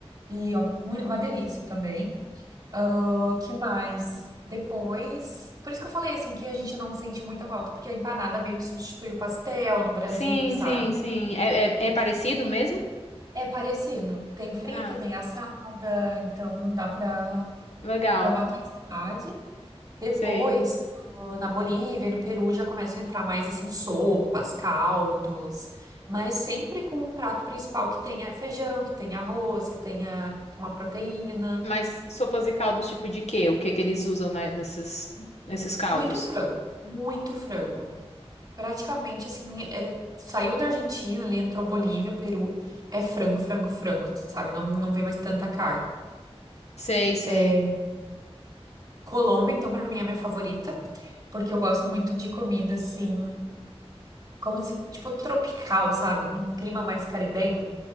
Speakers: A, on the right; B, on the left.
A: E é um- mui- uma delícia também. Ah, que mais? Depois. Por isso que eu falei assim que a gente não sente muita falta, porque a empanada meio que substitui o pastel no Brasil,
B: Sim,
A: sabe?
B: sim, sim. É, é, é parecido mesmo?
A: É parecido. Tem frita,
B: Ah,
A: tem assada, então dá pra,
B: legal.
A: pra matar a saudade. Depois,
B: Sei.
A: ah, na Bolívia e no Peru já começa a entrar mais assim sopas, caldos, mas sempre com um prato principal que tenha feijão, que tenha arroz, que tenha uma proteína.
B: Mas sopas e caldos tipo de quê? O que que eles usam na- nesses, nesses caldos?
A: Muito frango, muito frango. Praticamente assim, é- saiu da Argentina, ali entrou Bolívia, Peru, é frango, frango, frango, sabe? Não, não vê mais tanta carne.
B: Sei, sei.
A: É, Colômbia, então, pra mim é a minha favorita, porque eu gosto muito de comida assim, como se, tipo, tropical, sabe? Com um clima mais caribenho.